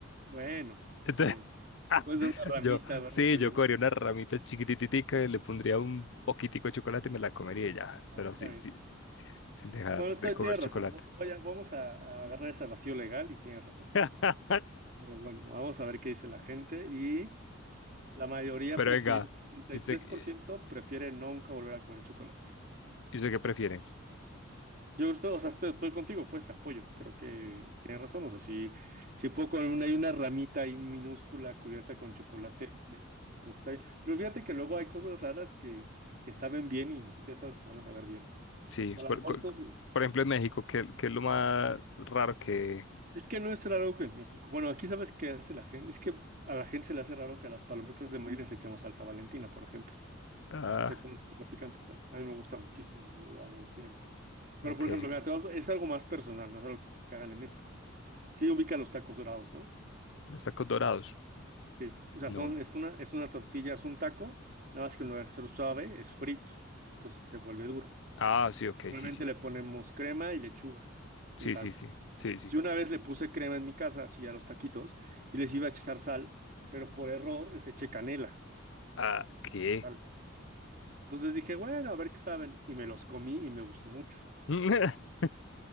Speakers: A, on the right; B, on the left.
A: Bueno,
B: Entonces,
A: está bien.
B: <laughs>
A: Pues de una ramita
B: yo,
A: de brócoli,
B: sí, yo
A: ¿no?
B: cogería una ramita chiquititica, le pondría un poquitico de chocolate y me la comería y ya,
A: Bueno,
B: pero
A: está
B: sí,
A: bien.
B: sí, sin dejar
A: Bueno, estoy,
B: de comer
A: tienes
B: chocolate.
A: razón. Vo- Voy a, vamos a, a agarrar ese vacío legal y tienes razón.
B: <laughs>
A: Pero bueno, vamos a ver qué dice la gente. Y la mayoría
B: Pero
A: prefirió,
B: venga,
A: setenta
B: ¿y
A: y
B: usted,
A: tres
B: y
A: por ciento prefiere nunca volver a comer chocolate.
B: usted qué prefieren?
A: Yo estoy, o sea, estoy, estoy contigo, pues te apoyo. Creo que tienes razón. O sea, si, si puedo comer una, hay una ramita ahí minúscula cubierta con chocolate, este, pues está bien. Pero fíjate que luego hay cosas raras que, que saben bien y ni siquiera sabes que van a saber bien.
B: Sí,
A: O sea, a
B: por,
A: lo mejor
B: cu-
A: no.
B: por ejemplo en México, ¿qué, qué es lo más raro que...
A: Es que no es raro que en México. Bueno, aquí sabes qué hace la gente. Es que a la gente se le hace raro que a las palomitas de maíz les echemos salsa Valentina, por ejemplo,
B: Ah,
A: que es una salsa picante, pues. A mí me gusta muchísimo, yo lo hago siempre. Pero,
B: ok,
A: por ejemplo, mira, te vas- es algo más personal, no es algo que hagan en México. Sí ubican los tacos dorados, ¿no?
B: los tacos dorados.
A: Sí. O sea,
B: No.
A: son, es una, es una tortilla, es un taco, nada más que en lugar de ser suave, es frito. Entonces se vuelve duro.
B: Ah, sí, ok,
A: Normalmente
B: sí, sí.
A: le ponemos crema y lechuga
B: Sí,
A: y salsa.
B: sí, sí. Sí, sí.
A: Yo una vez le puse crema en mi casa, así a los taquitos, y les iba a echar sal, pero por error les eché canela
B: Ah, ¿qué?
A: de sal. Entonces dije, bueno, a ver qué saben, y me los comí y me gustó mucho.
B: <laughs>